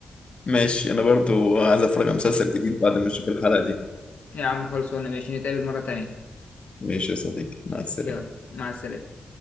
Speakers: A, on the left; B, on the left.
A: ماشي أنا برضه عايز أتفرج على مسلسل جديد بعد ما أشوف الحلقة دي
B: يا عم خلصانه ماشي نتقابل مرة تانية
A: ماشي يا صديقي مع السلامة
B: يلا مع السلامة